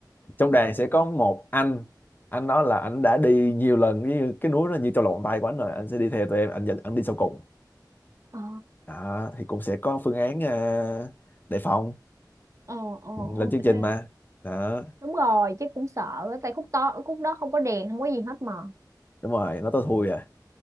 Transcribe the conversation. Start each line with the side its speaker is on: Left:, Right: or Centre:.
Left: trong đoàn sẽ có một anh anh đó là anh đã đi nhiều lần như cái núi nó như trong lòng bàn tay của anh rồi anh sẽ đi theo tụi em anh dẫn anh đi sau cùng
Right: Ờ,
Left: đó thì cũng sẽ có phương án à, đề phòng
Right: ờ, ờ,
Left: lên
Right: ok.
Left: chương trình mà đó
Right: Đúng rồi, chứ cũng sợ á, tại khúc to khúc đó không có đèn, không có gì hết mà.
Left: đúng rồi nó tới thui à